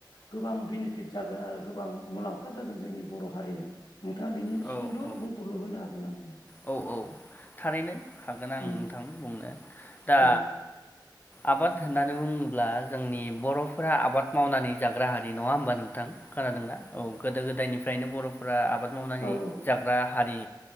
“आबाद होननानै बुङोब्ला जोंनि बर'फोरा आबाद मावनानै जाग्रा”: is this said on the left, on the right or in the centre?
Left